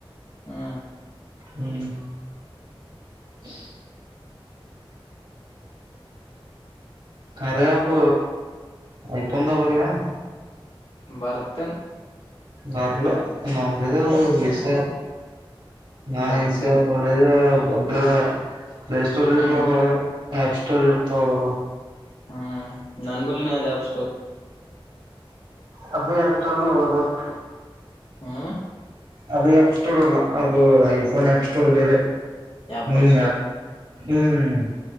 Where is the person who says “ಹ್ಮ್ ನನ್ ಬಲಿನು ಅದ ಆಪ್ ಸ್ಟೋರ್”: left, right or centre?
Left